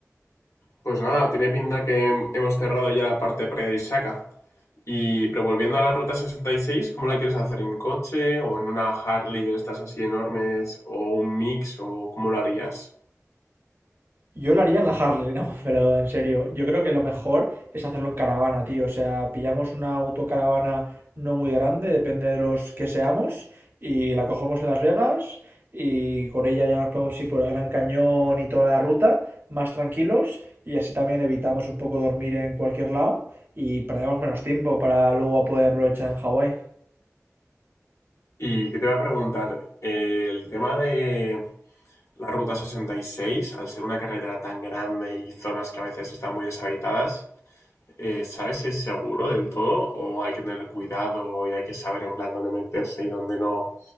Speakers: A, on the left (about 65°); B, on the right (about 45°).
A: Pues nada, tiene pinta que hemos cerrado ya la parte pre-Isaka. Y, pero volviendo a la Ruta 66, ¿cómo la quieres hacer? ¿En coche o en una Harley de estas así enormes o un mix o cómo lo harías?
B: Yo lo haría en la Harley, no, <laughs> pero en serio, yo creo que lo mejor es hacerlo en caravana, tío. O sea, pillamos una autocaravana no muy grande, depende de los que seamos, y la cogemos en Las Vegas y con ella ya nos podemos ir por el Gran Cañón y toda la ruta más tranquilos y así también evitamos un poco dormir en cualquier lado y perdemos menos tiempo para luego poder aprovechar en Hawái.
A: Y que te voy a preguntar, eh, el tema de la Ruta 66, al ser una carretera tan grande y zonas que a veces están muy deshabitadas, eh, ¿sabes si es seguro del todo o hay que tener cuidado y hay que saber en plan dónde meterse y dónde no?